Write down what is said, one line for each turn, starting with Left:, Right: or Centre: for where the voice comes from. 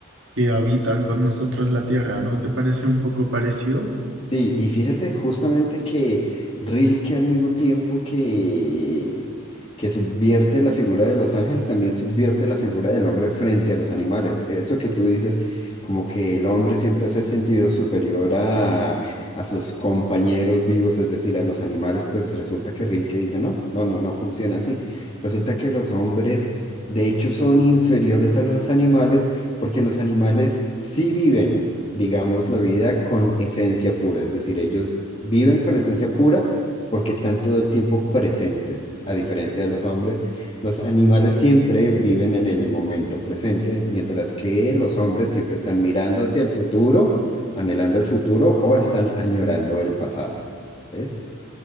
Right: que habitan con nosotros la tierra, ¿no? ¿Te parece un poco parecido?
Left: Sí, y fíjate justamente que Rilke al mismo tiempo que, que subvierte la figura de los ángeles, también subvierte la figura del hombre frente a los animales. Eso que tú dices, como que el hombre siempre se ha sentido superior a, a sus compañeros vivos, es decir, a los animales, pues resulta que Rilke dice, no, no, no, no funciona así. Resulta que los hombres, de hecho, son inferiores a los animales porque los animales sí viven digamos, la vida con esencia pura, es decir, ellos viven con esencia pura porque están todo el tiempo presentes, a diferencia de los hombres. Los animales siempre viven en el momento presente, mientras que los hombres siempre están mirando hacia el futuro, anhelando el futuro o están añorando el pasado. ¿Ves?